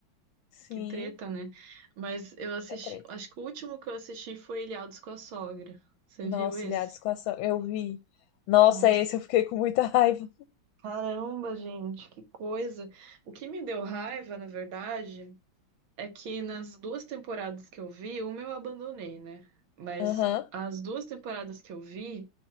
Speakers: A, on the left; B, on the right.
A: Sim,
B: Que treta, né? Mas eu assisti.
A: tá treta.
B: Acho que o último que eu assisti foi Ilhados com a Sogra. Você
A: Nossa,
B: viu esse?
A: Ilhados com Ação, eu vi. Nossa,
B: Nossa.
A: esse eu fiquei com muita <laughs> raiva.
B: Caramba, gente, que coisa. O que me deu raiva, na verdade. É que nas duas temporadas que eu vi, uma eu abandonei, né? Mas
A: Aham.
B: as duas temporadas que eu vi,